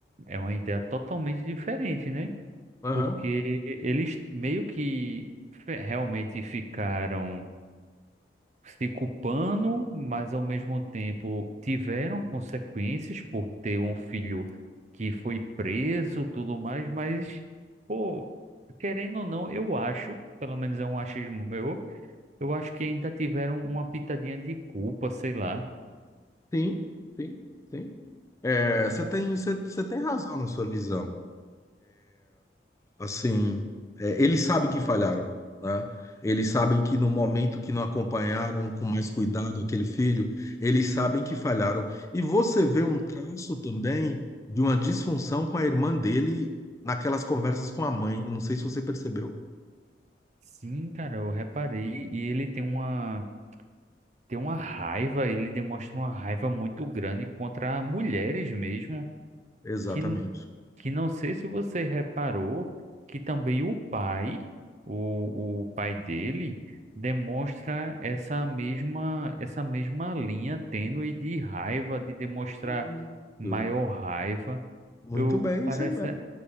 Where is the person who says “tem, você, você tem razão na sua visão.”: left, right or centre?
Left